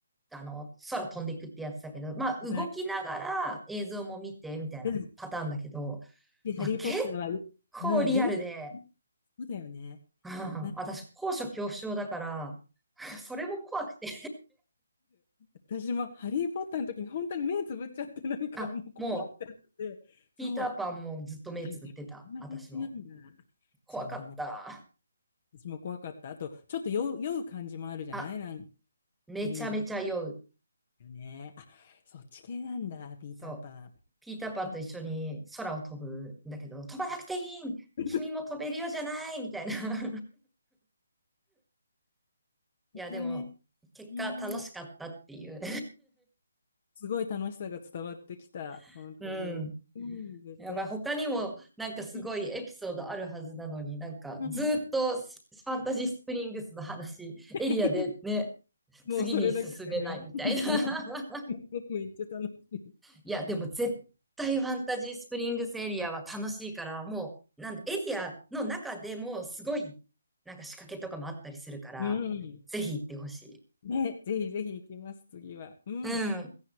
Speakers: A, in the centre; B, on the left.
A: あの、空飛んでいくってやつだけど、まあ、
B: ことある。
A: 動きながら映像も見て、みたいなパターンだけど、
B: うん。で、ハリー・
A: まあ、結
B: ポッターは、うん、
A: 構リアルで、
B: よく、そうだよね。
A: <laughs> うん私、
B: なんか
A: 高所恐怖症だから、<laughs> それも怖くて
B: 私もハリー・ポッターの時に本当に目つぶっちゃって、
A: <laughs>
B: なんかもう怖くなって、
A: あ、もう、
B: そう。
A: ピーターパンもずっと目つぶってた。
B: はいこんな感じなんだ。
A: 私も。怖かった。
B: じゃあ、女、私も怖かった。あと、ちょっと酔う、酔う感じもあるじゃないなんか
A: あ、めちゃめちゃ酔う。
B: 3D だよね。あ、そっち系なんだ、ピーターパン。
A: そう。ピーターパンと一緒に空を飛ぶんだけど、
B: うん
A: 飛ばなくていい君も飛べるようじゃないみたいな。
B: <laughs> う
A: <laughs> いや、
B: 本当だね。
A: でも、結果楽しかったっていう。
B: うん。ねすごい楽しさが伝わってきた。
A: <laughs>
B: 本当に。
A: うん。
B: うん、絶対行きた
A: やばい。他にもなんかすごいエピソードあるはずなのに、
B: い。
A: なんかずーっとスファンタジースプリングスの話、
B: うん。<laughs>
A: エリアでね、
B: もうそれだけでね。
A: 次に進めないみたいな。
B: <laughs>
A: <laughs>
B: めっちゃ楽しい。
A: いや、でも絶対ファンタジースプリングスエリアは楽しいから、もう、なんだ、エリアの中でもすごい、なんか仕掛けとかもあったりするから、
B: うん。
A: ぜひ行ってほしい。
B: ね、ぜひぜひ行きます、次は。うん。
A: うん。